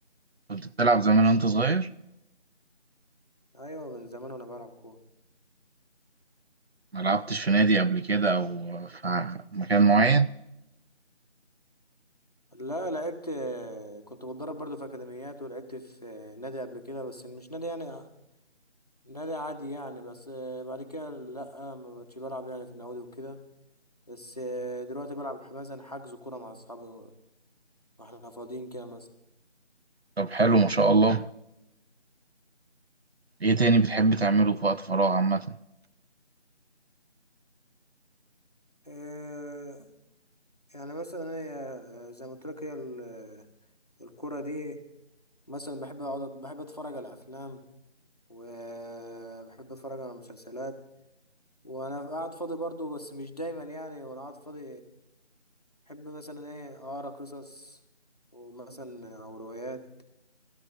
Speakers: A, on the right (about 60°); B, on the left (about 35°).
A: كنت بتلعب زمان وانت صغير
B: أيوة من زمان وأنا بلعب كورة
A: ما لعبتش في نادي قبل كده او في مكان معين
B: لا لعبت آه، كنت بتدرب برضو في أكاديميات ولعبت في آه، نادي قبل كده بس مش نادي يعني آه، نادي عادي يعني بس آه، بعد كده لأ ما بقتش بلعب يعني في نوادي وكده بس آه، دلوقتي بلعب مثلا حجز كورة مع أصحابي وإحنا فاضيين كده مثلا
A: طب حلو ما شاء الله ايه تاني بتحب تعمله في وقت فراغ عامة
B: آه، يعني مثلا هي آه، زي ما قلت لك هي ال- آه، الكورة دي مثلا بحب أقعد بحب أتفرج على أفلام وبحب أتفرج على مسلسلات وانا قاعد فاضي برضو بس مش دايما يعني وانا قاعد فاضي بحب مثلا ايه اقرا قصص ومثلا او روايات